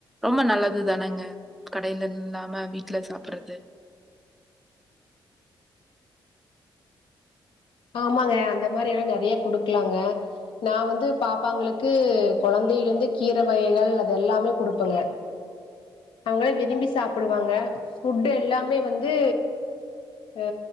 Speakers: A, in the centre; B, on the left.
A: ரொம்ப நல்லது தானங்க கடையில இல்லாம வீட்ல சாப்புட்றது
B: ஆமாங்க அந்த மாரி எல்லா நெறைய குடுக்குலாங்க நான் வந்து பாப்பாங்களுக்கு கொழந்தையில இருந்து கீர வகைகள் அது எல்லாமே குடுப்பங்க அவங்களே விரும்பி சாப்புடுவாங்க ஃபுட்டு் எல்லாமே வந்து அ